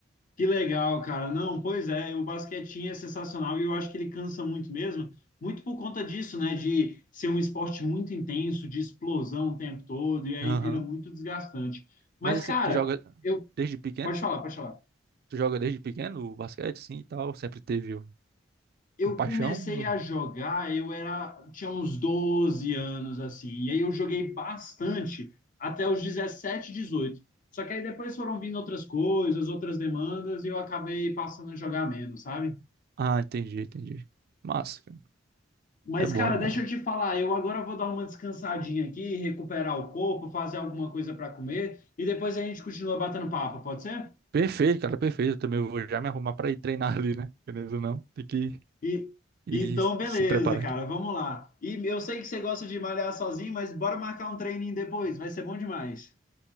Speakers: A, on the left; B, on the right.
A: Que legal, cara. Não, pois é, o basquetinho é sensacional e eu acho que ele cansa muito mesmo, muito por conta disso, né? De ser um esporte muito intenso, de explosão o tempo todo, e aí
B: Aham.
A: vira muito desgastante. Mas,
B: Mas assim,
A: cara,
B: tu joga
A: eu.
B: desde pequeno?
A: Pode falar, pode falar.
B: Tu joga desde pequeno o basquete, sim, e tal? Sempre teve o-
A: eu
B: a paixão?
A: comecei
B: ou-
A: a jogar, eu era, tinha uns 12 anos assim, e aí eu joguei bastante até os 17, 18. Só que aí depois foram vindo outras coisas, outras demandas, e eu acabei passando a jogar menos, sabe?
B: Ah, entendi, entendi. Massa, cara.
A: Mas,
B: É bom,
A: cara,
B: é bom.
A: deixa eu te falar, eu agora vou dar uma descansadinha aqui, recuperar o corpo, fazer alguma coisa para comer, e depois a gente continua batendo papo, pode ser?
B: Perfeito, cara, perfeito. Eu também vou já me arrumar para ir treinar <laughs> ali, né? Querendo ou não, tem que
A: E
B: ir
A: então, beleza,
B: se preparar
A: cara,
B: aqui.
A: vamos lá. E eu sei que você gosta de malhar sozinho, mas bora marcar um treininho depois, vai ser bom demais.